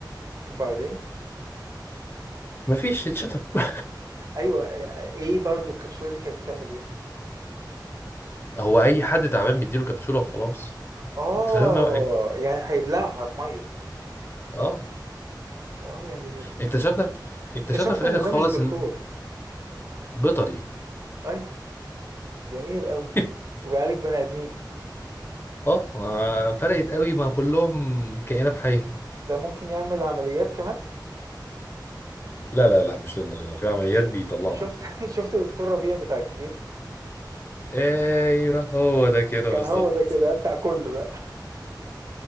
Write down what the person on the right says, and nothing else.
وبعدين؟
أيوه، آآ إيه برضه الكبسولة دي كانت بتعمل إيه؟
آه،
يعني هيبلعها بمَيّة.
آه، يعني ب
اكتشفت
إن
ده مش دكتور.
أيوه، جميل أوي.
وبيعالج بني آدمين،
ده ممكن يعمل عمليات كمان؟
ش
شُفت <laughs> شُفت دكتور ربيع بتاع الكبير؟
كان
هو ده كده، بتاع كُلّه ده.